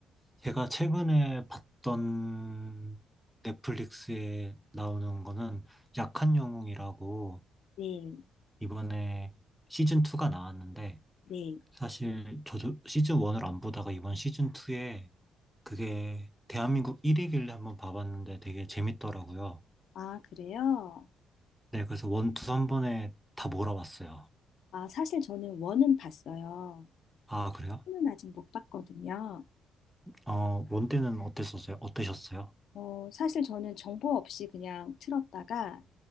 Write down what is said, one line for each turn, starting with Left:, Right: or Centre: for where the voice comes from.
Centre: 제가 최근에 봤던 넷플릭스에 나오는 거는 약한 영웅이라고
Left: 네,
Centre: 이번에 시즌2가 나왔는데
Left: 네.
Centre: 사실 저도 시즌1을 안 보다가 이번 시즌2에 그게 대한민국 1위길래 한번 봐봤는데 되게 재밌더라고요.
Left: 아, 그래요?
Centre: 네, 그래서 원투한 번에 다 몰아봤어요.
Left: 아, 사실 저는 원은 봤어요.
Centre: 아, 그래요?
Left: 투는 아직 못 봤거든요.
Centre: 어, 원 때는 어땠었어요? 어떠셨어요?
Left: 어, 사실 저는 정보 없이 그냥 틀었다가